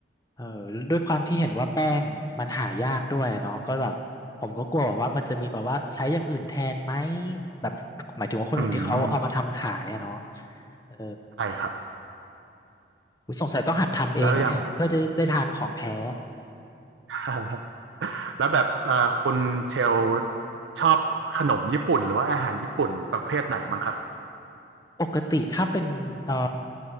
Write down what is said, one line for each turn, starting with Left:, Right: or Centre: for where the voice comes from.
Left: เออด้วยความที่เห็นว่าแป้งมันหายากด้วยอะเนาะก็แบบผมก็กลัวแบบว่ามันจะมีแบบว่าใช้อย่างอื่นแทนไหมแบบหมายถึงว่าคนอื่นที่เขาเอามาทำขายอะเนาะ
Right: อืม
Left: เออ
Right: ใช่ครับ
Left: อุ๊ยสงสัยต้องหัดทำเองนะเนี่ยเพื่อจะได้ทานของแท้
Right: แล้วอย่าง <laughs> แล้วแบบเอ่อคุณเชลชอบขนมญี่ปุ่นหรือว่าอาหารญี่ปุ่นประเภทไหนมั้งครับ
Left: ปกติถ้าเป็นเอ่อ